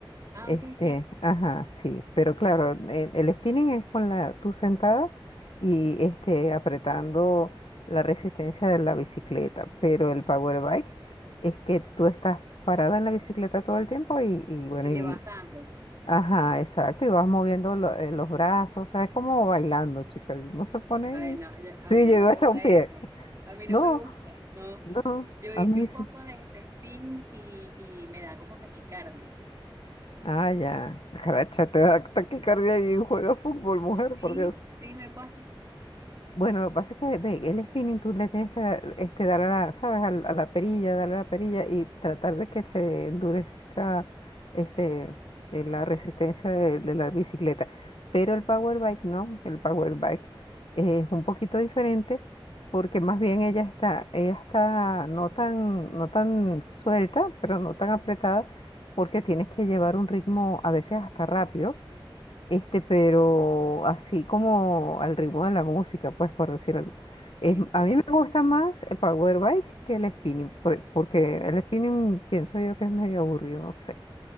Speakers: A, on the right; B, on the left.
A: Ah,
B: Este,
A: ok, sí.
B: ajá, sí. Pero claro, e- el spinning es con la, tú sentada y este, apretando la resistencia de la bicicleta. Pero el power bike es que tú estás parada en la bicicleta todo el tiempo y, y bueno,
A: Y le
B: y
A: vas dando.
B: Ajá, exacto. Y vas moviendo lo- eh, los brazos. O sea, es como bailando, chica. Uno se pone
A: Ay,
B: ahí.
A: no, yo- a
B: Sí,
A: mí no
B: yo
A: me
B: iba
A: gusta
B: a echar un pie.
A: eso. A mí no
B: No,
A: me gusta, no.
B: no,
A: Yo hice
B: a mí
A: un
B: sí.
A: poco de, de spinning y, y me da como taquicardia.
B: Ah, ya. <laughs> Caracha, te da taquicardia y juega fútbol, mujer,
A: Sí,
B: por Dios.
A: sí, me pasa.
B: Bueno, lo que pasa es que ve, el spinning tú le tienes que dar, este, dar a la, ¿sabes? Al- A, la perilla, darle a la perilla y tratar de que se endurezca este, eh, la resistencia de, de la bicicleta. Pero el power bike no, el power bike es un poquito diferente porque más bien ella está, ella está no tan, no tan suelta, pero no tan apretada porque tienes que llevar un ritmo a veces hasta rápido este, pero así como al ritmo de la música, pues por decir algo. Es-
A: Sí, sí.
B: a mí me gusta más el power bike que el spinning, por- porque el spinning pienso yo que es medio aburrido, no sé.